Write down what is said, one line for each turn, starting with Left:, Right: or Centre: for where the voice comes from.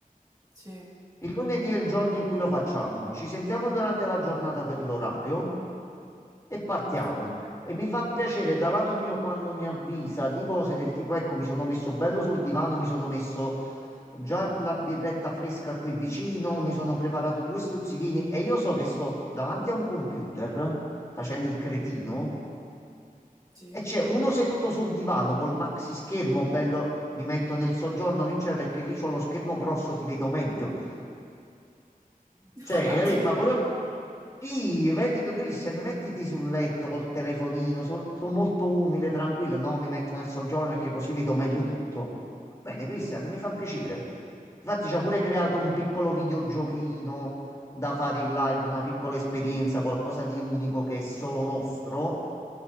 Right: Sì,
Left: Il lunedì è il giorno in cui lo facciamo, ci sentiamo durante la giornata per l'orario e partiamo.
Right: ok,
Left: E mi fa piacere da lato mio quando mi avvisa di cose del tipo, ecco, mi sono messo bello sul divano, mi sono messo già la birretta fresca qui vicino, mi sono preparato due stuzzichini e io so che sto davanti a un computer facendo il cretino
Right: sì.
Left: e c'è uno seduto sul divano col maxi schermo bello, mi metto nel soggiorno, vince perché lì c'ho lo schermo grosso, ti vedo meglio.
Right: <laughs>
Left: Cioè,
Right: Addirittura.
Left: capì? Fa pure... Sì, vedi che Christian, mettiti sul letto col telefonino, sono molto umile, tranquillo, no, mi metto nel soggiorno perché così vedo meglio tutto. Bene, Christian, mi fa piacere. Infatti ci ha pure creato un piccolo videogiochino da fare in live, una piccola esperienza, qualcosa di unico che è solo nostro.